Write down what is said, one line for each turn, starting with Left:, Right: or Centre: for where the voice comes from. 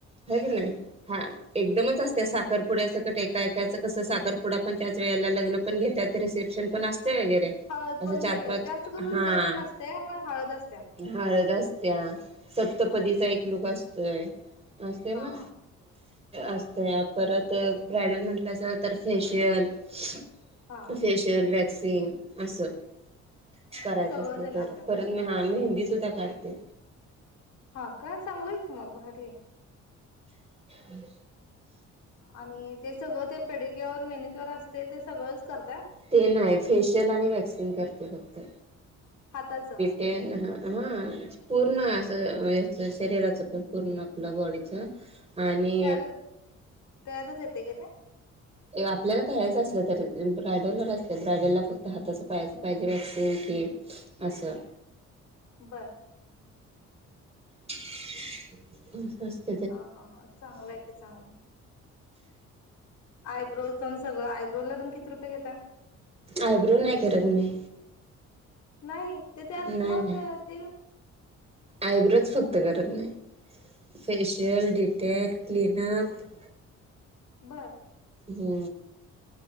Right: ह की नाही हा एकदमच असत त्या साखरपुड्या सं कट एकाऐकाचं कसं साखरपुडा पण त्याच वेळेला लग्न पण घेतात रिसेप्शन पण असते वगैरे
Left: हळद
Right: असं
Left: पण घेतात
Right: चार पाच
Left: जास्त करून रिसेप्शन
Right: हा
Left: नसते पण हळद असत
Right: हळद असत्या सप्तपदीचा एकलूक असतोय अस असते
Left: हा
Right: ना
Left: हा
Right: अस परत ब्रायडल म्हट तर फेश <unintelligible>
Left: हा सगळंच येणार त्यात
Right: हा मी हिंदी सुद्धा काढते
Left: हा काय चांगलं आहे क मग भारी
Right: हम्
Left: आणि ते सगळं ते पेडक्युअर मेनक्युअर असते ते सगळंच करतय
Right: ते नाही फेशियल आणि वॅक्सिंग करते फक्त
Left: हाताचं
Right: ते ह हा पूर्ण असं याच शरीराच पण पूर्ण आपलं बॉडीच. आणि
Left: त्यात त्यातच येते का ते
Right: आपल्याला करायचं असलं तर ब्रायडलला र असत ब्रायडलला फक्त हाताचं पायाचं पाहिजे वॅक्सिंग कि अससं
Left: बरं
Right: स्
Left: हा हा हा चांगलं आहे ते चांगलं आयब्रो पण सगळं आयब्रो ला तण किती रुपये घेता
Right: आयब्रो नाही करत मी
Left: नाही तेथ
Right: नाही
Left: मग
Right: नाही
Left: ते ते
Right: आयब्रोच फक्त करत नाही फेशिल डिटेन क्लीनप
Left: बरं
Right: हो